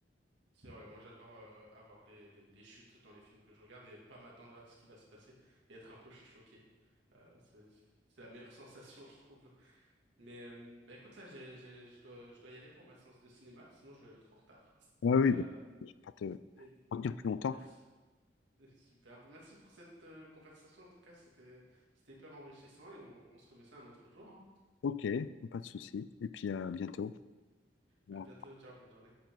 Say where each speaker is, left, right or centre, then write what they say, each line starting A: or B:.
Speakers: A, on the right; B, on the left.
A: C'est vrai, moi j'adore euh, avoir des, des, des chutes dans les films que je regarde et pas m'attendre à ce qui va se passer et être un peu choqué. Euh, c'est, c'est la meilleure sensation, <laughs> je trouve. Mais euh, bah, écoute, là, j'ai, j'ai, je dois, je dois y aller pour ma séance de cinéma, sinon je vais être en retard.
B: Ah oui,
A: Euh,
B: bah, je vais pas te
A: mais
B: retenir plus longtemps.
A: merci. <laughs> Super, Merci pour cette euh, conversation. En tout cas, c'était c'était hyper enrichissant et on, on se remet ça un autre jour. hein.
B: Ok, pas de souci. Et puis à bientôt.
A: À
B: Au revoir.
A: bientôt. Ciao. Bonne journée.